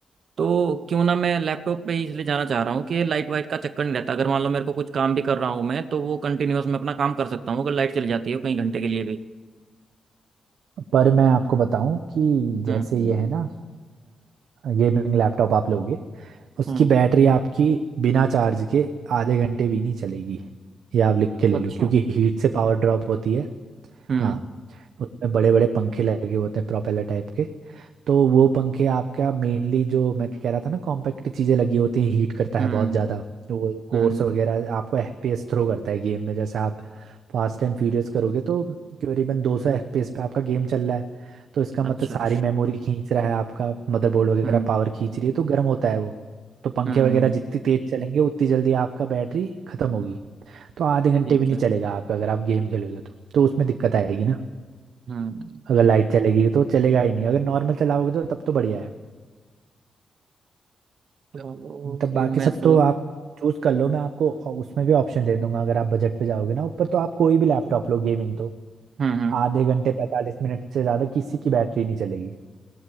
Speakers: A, on the right; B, on the right.
A: तो क्यों ना मैं लैपटॉप पे ही इसलिए जाना चाह रहा हूँ कि लाइट वाइट का चक्कर नहीं रहता अगर मान लो मेरे को कुछ काम भी कर रहा हूँ मैं तो वो कंटिन्यूअस मैं अपना काम कर सकता हूँ अगर लाइट चली जाती है कई घंटे के लिए भी
B: पर मैं आपको बताऊं कि
A: हम्म
B: जैसे ये है ना गेमिंग लैपटॉप आप लोगे उसकी
A: हम्म
B: बैटरी आपकी बिना चार्ज के आधे घंटे भी नहीं चलेगी ये आप लिख के ले
A: अच्छा
B: लो क्योंकि हीट से पावर ड्रॉप होती है
A: हम्म
B: हाँ उसमें बड़े बड़े पंखे लगे होते हैं प्रोपेलर टाइप के तो वो पंखे आपका मेनली जो मैं कह रहा था ना कॉम्पैक्ट चीज़ें लगी होती हैं हीट करता
A: हम्म
B: है बहुत ज़्यादा तो वो कोर्स
A: हम्म
B: वगैरह आपको एफपीएस थ्रो करता है गेम में जैसे आप फास्ट एंड फ्यूरियस करोगे तो करीबन 200 एफपीएस पे आपका गेम चल रहा है तो इसका
A: अच्छा
B: मतलब सारी मेमोरी खींच रहा है आपका मदरबोर्ड वगैरह
A: हम्म
B: पावर खींच रही है तो गर्म होता है वो तो पंखे
A: हम्म
B: वगैरह जितनी तेज चलेंगे उतनी जल्दी आपका बैटरी खत्म होगी तो आधे घंटे
A: ठीक
B: भी नहीं
A: है
B: चलेगा आपका अगर आप गेम खेलोगे तो तो उसमें दिक्कत आएगी
A: हम्म
B: अगर लाइट चलेगी तो चलेगा ही नहीं अगर नॉर्मल चलाओगे तो तब तो बढ़िया है
A: चलो
B: तब
A: फिर
B: बाकी
A: मैं
B: सब
A: सोच
B: तो आप चूज कर लो मैं आपको ऑ- उसमें भी ऑप्शन दे दूंगा अगर आप बजट पे जाओगे ना ऊपर तो आप कोई भी लैपटॉप
A: हम्म
B: लो गेमिंग तो
A: हम्म
B: आधे घंटे पैंतालीस मिनट से ज्यादा किसी की बैटरी नहीं चलेगी